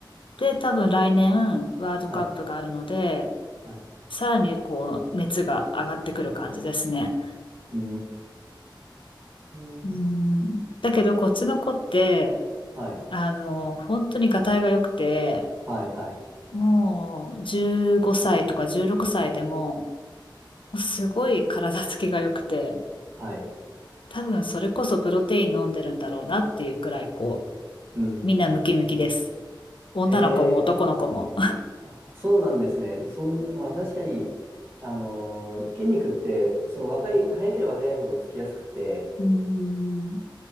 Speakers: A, on the left; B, on the right.
A: で、多分来年、ワールドカップがあるので、
B: はい。はい。
A: さらにこう、熱が上がってくる感じですね。
B: うーん。
A: うん。だけど、こっちの子って、
B: はい。
A: あの、本当にがたいが良くて、
B: はい、はい。
A: もう15歳とか16歳でも、すごい体つきが良くて、
B: はい。
A: 多分それこそプロテイン飲んでるんだろうなっていうくらい、こう、
B: うん、
A: みんなムキムキです。
B: うん。
A: 女の子も男の子も。
B: へえ。あ、そうなんですね。そん、まあ確かに、あのー筋肉って、その若い、早ければ早いほどつきやすくて、
A: うーん。